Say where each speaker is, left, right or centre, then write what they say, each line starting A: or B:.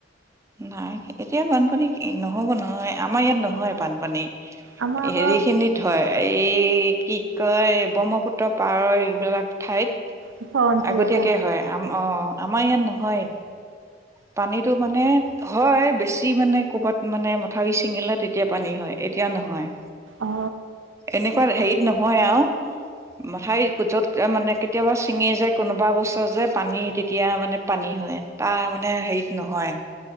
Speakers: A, on the right; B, on the right.
A: নাই এতিয়া বানপানী, নহ'ব নহয় আমাৰ ইয়াত নহয় বানপানী।
B: আমাৰ আকৌ
A: হেৰি খিনিত হয়। এই কি কয় ব্ৰহ্মপুত্ৰ পাৰ হৈ এইবিলাক ঠাইত
B: ওচৰ অঞ্চলত
A: আগতীয়াকে
B: অ',
A: হয়। অ, আমাৰ ইয়াত নহয়। পানীতটো মানে হয়, বেছি মানে ক'বাত মানে মথাউৰি ছিঙিলে তেতিয়া পানী হয়, এতিয়া নহয়।
B: অ
A: এনেকুৱা হেৰিত নহয় আৰু। মাথাৰি য'ত মানে কেতিয়াবা ছিঙি যায় কোনোবা এবছৰ যে পানী তেতিয়া মানে পানী হয়। তাৰ মানে হেৰিত নহয়।